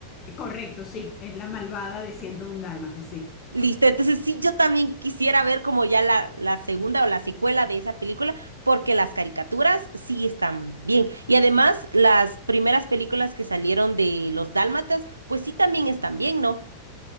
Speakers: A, on the left; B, on the right.
A: Correcto, sí, es la malvada de 101 Dálmata, sí.
B: Listo, entonces sí, yo también quisiera ver como ya la, la segunda o la secuela de esa película, porque las caricaturas sí están bien. Y además, las primeras películas que salieron de los dálmatas, pues sí también están bien, ¿no?